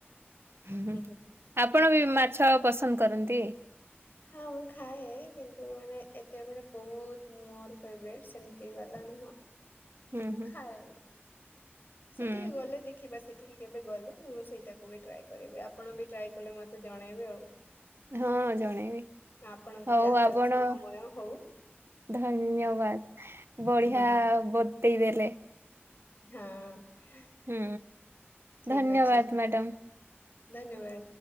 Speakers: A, on the right; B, on the left.
A: ହୁଁ,
B: ଲାଗିବ
A: ଆପଣ ବି ମାଛ ପସନ୍ଦ କରନ୍ତି?
B: ହଁ ମୁଁ ଖାଏ କିନ୍ତୁ ମାନେ ଏତେ ମାନେ ବହୁତ ମୋର ଫେବରାଇଟି ସେମିତି ବାଲା ନୁହଁ।
A: ହୁଁ
B: ମୁଁ
A: ହୁଁ
B: ଖାଏନି। ସେଠିକି
A: ହୁଁ
B: ଗଲେ ଦେଖିବା ସେ ଠିକି କେବେ ଗଲେ ମୁଁ ସେଇଟାକୁ ବି ଟ୍ରାଏ କରିବି ଆପଣ ବି ଟ୍ରାଏ କଲେ ମୋତେ ଜଣେଇବେ ଆଉ।
A: ହଁ ଜଣେଇବି।
B: ଆପଣଙ୍କ
A: ହଉ
B: ଯାତ୍ରା
A: ଆପଣ
B: ଶୁଭମୟ ହଉ।
A: ଧନ୍ୟବାଦ। ବଢିଆ
B: ହୁଁ ହୁଁ।
A: ବତେଇ ଦେଲେ।
B: ହଁ।
A: ହୁଁ,
B: ଠିକ
A: ଧନ୍ୟବାଦ
B: ଅଛି
A: ମ୍ୟାଡାମ୍।
B: ଧନ୍ୟବାଦ।